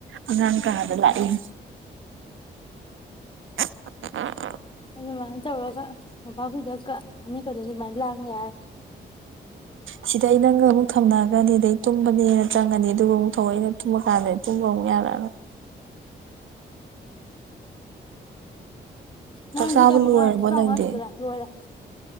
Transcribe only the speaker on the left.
ꯑꯗꯨꯃꯥꯏꯅ ꯇꯧꯔꯒ ꯃꯣꯝꯄꯥꯛꯐꯤꯗꯛꯀ ꯐꯅꯦꯛꯀꯗꯣ ꯑꯗꯨꯃꯥꯏꯅ ꯂꯥꯡ ꯌꯥꯏ
ꯅꯪ
ꯁꯤꯒ ꯃꯉꯥ
ꯇꯔꯥꯃꯉꯥ
ꯁꯨꯗꯣꯏꯔ ꯂꯣꯏꯔꯦ